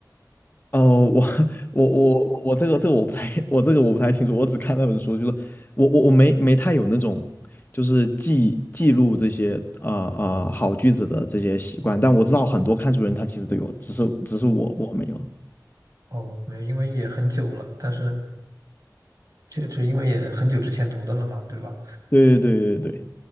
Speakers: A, on the left (about 25°); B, on the right (about 50°).
A: 哦，呃我 <laughs> 我我我我这个这个我不太 <laughs> 我这个我不太清楚，我只看那本书，就是我我我没没太有那种就是记记录这些啊啊、呃呃好句子的这些习惯，但我知道很多看书人他其实都有，只是只是我我没有。
B: 哦，没有，因为也很久了，但是就就因为也很久之前读的了嘛，对吧？
A: 对对对对对，